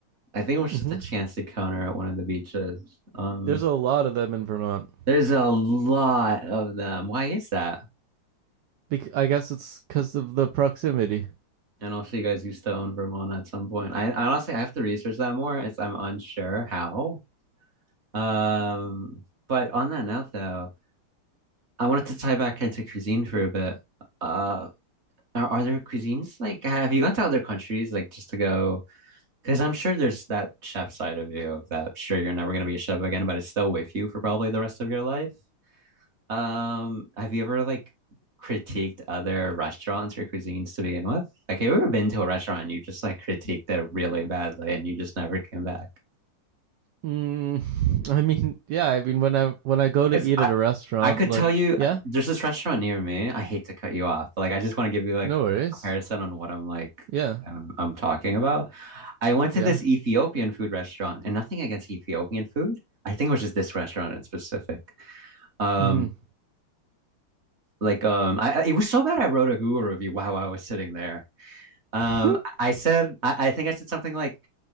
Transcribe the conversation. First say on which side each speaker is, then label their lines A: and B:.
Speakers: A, on the right; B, on the right.
A: I think it was
B: hmm
A: just a chance encounter at one of the beaches. Um,
B: There's a lot of them in Vermont.
A: There's a lot of them. Why is that?
B: Bec- I guess it's because of the proximity.
A: And also, you guys used to own Vermont at some point. I, I honestly, I have to research that more. It's, I'm unsure how. Um, but on that note, though, I wanted to tie back into cuisine for a bit. Uh, are, are there cuisines like have you gone to other countries like just to go? Because I'm sure there's that chef side of you that sure you're never going to be a chef again, but it's still with you for probably the rest of your life. Um, have you ever like critiqued other restaurants or cuisines to begin with? Like, have you ever been to a restaurant and you just like critiqued it really badly and you just never came back?
B: Mm, <laughs> I mean, yeah. I mean, when I when I go to
A: Because
B: eat
A: I
B: at a restaurant,
A: I could
B: like,
A: tell you
B: yeah,
A: there's this restaurant near me. I hate to cut you off, but like I just want to give you like
B: no worries.
A: a comparison on what I'm like
B: Yeah,
A: I'm, I'm talking about. I went to
B: yeah.
A: this Ethiopian food restaurant and nothing against Ethiopian food. I think it was just this restaurant in specific. Um
B: hmm
A: like um I I- it was so bad I wrote a Google review while I was sitting there. Um,
B: <laughs>
A: I said, I, I think I said something like,